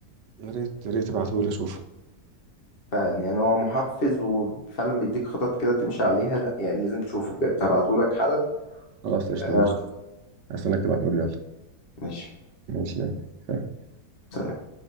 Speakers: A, on the right (about 80°); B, on the left (about 35°).
A: يا ريت يا ريت تبعتهولي اشوفه
B: فعلا يعني هو محفز وفعلا بيديك خطط كده تمشي عليها لا يعني لازم تشوفه بجد هبعتهولك حالا
A: خلاص قشطة
B: أه
A: ماشي
B: بشوفه
A: عايز انك تبعتولي يلا
B: ماشي
A: ماشي يعني سلام.
B: سلام.